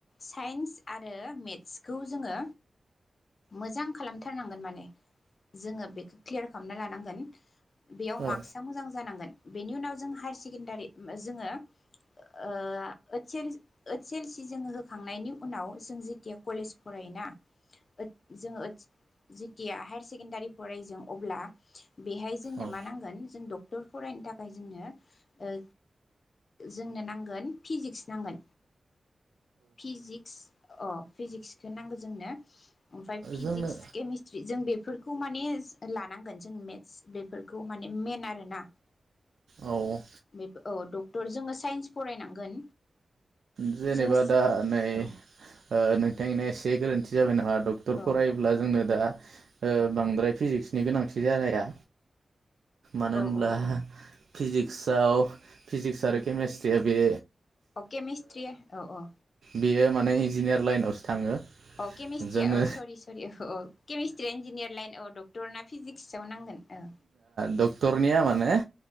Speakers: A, on the left; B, on the right.
A: साइन्स आरो मेथसखौ जोङो मोजां खालामथारनांगोन माने जोङो बेखौ क्लियार खालामना लानांगोन बेयाव
B: औ
A: मार्कसआ मोजां जानांगोन। बेनि उनाव जों हायार सेकेण्डारि जोङो ओ ओतस एल ओतस एल सि जोङो होखांनायनि उनाव जों जिथिया कलेज फरायोना ओथ जोंङो ओतस जिथिया हायार सेकेनन्दारि फराय जों अब्ला बेहाय जोंनो
B: औ
A: मा नांगोन जों डक क्टर फरायनो थाखाय जोंनो ओ जोंनो नां नांगोन फिजिक्स नांगोन फिजिक्स अ फिजिक्स जनाांग <unintelligible> जोंनो ओमफ्राय फिजिक्स
B: जोंनो
A: केमिस्त्रि जों बेफोर खौ माने लानांगोन जों मेथ्स बेफोरखौ माने मेन आरोना।
B: औ ओ
A: बेफो औ डक्टर जोङो साइन्स फरायनांगोन।
B: जेनेबा
A: जोङो
B: दा नै ओ
A: औ
B: नोंथांनिया एसे गोरोन्थि <unintelligible> डक्टर
A: औ
B: फरायोब्ला जोंनो दा ओ बांद्राय फिजिक्सनि गोनांथि जानाया। मानो
A: औ
B: होनब्ला
A: औ औ
B: फिजिक्सआव फिजिक्स आरो केमेस्ट्रिया बे
A: अके मिस्त्रि। औ औ।
B: बियो माने इन्जिनियार लाइनावसो थाङो।
A: औ केमेस्ट्रिया
B: जोंनो
A: औ सरि सरि औ औ केमिस्ट्रिया इन्जिनियार लाइन औ डक्टरना? फिजिक्सआव नांगोन औ।
B: डक्टरनिया माने